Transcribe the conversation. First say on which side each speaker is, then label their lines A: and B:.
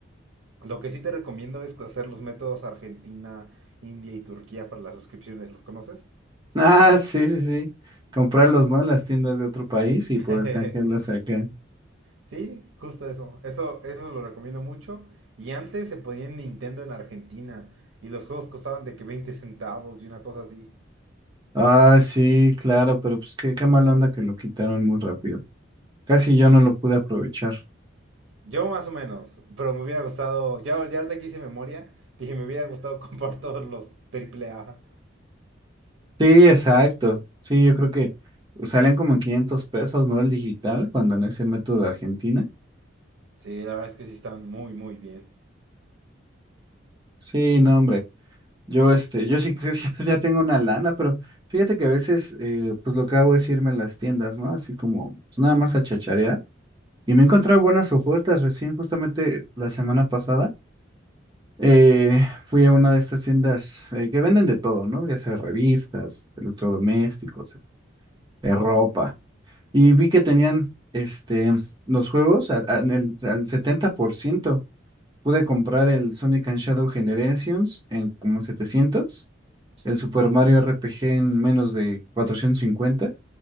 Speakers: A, on the right; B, on the right.
A: Lo que sí te recomiendo es hacer los métodos Argentina, India y Turquía para las suscripciones. ¿Los conoces?
B: <laughs> Ah, sí, sí, sí. Comprarlos, ¿no? En las tiendas de otro país y
A: <laughs>
B: poder canjearlos acá.
A: Sí, justo eso. Eso, eso lo recomiendo mucho. Y antes se podía en Nintendo en Argentina y los juegos costaban de que 20 centavos y una cosa así.
B: Ah, sí, claro, pero pues qué, qué mala onda que lo quitaron muy rápido. Casi yo no lo pude aprovechar.
A: Yo más o menos, pero me hubiera gustado, ya, ya ahorita que hice memoria, dije, me hubiera gustado <laughs> comprar todos los triple A
B: Sí, exacto. Sí, yo creo que salen como en 500 pesos, ¿no? El digital, cuando en ese método de Argentina.
A: Sí, la verdad es que sí están muy, muy bien.
B: Sí, no, hombre. Yo, este, yo sí que <laughs> ya ya tengo una lana, pero fíjate que a veces, eh, pues lo que hago es irme a las tiendas, ¿no? Así como, pues nada más a chacharear. Y me he encontrado buenas ofertas recién, justamente la semana pasada. eh, fui a una de estas tiendas eh, que venden de todo, ¿no? Ya sea revistas, electrodomésticos, este, de ropa. Y vi que tenían este, los juegos al, al, el- al 70%. Pude comprar el Sonic and Shadow Generations en como 700,
A: Sí.
B: el Super Mario RPG en menos de 450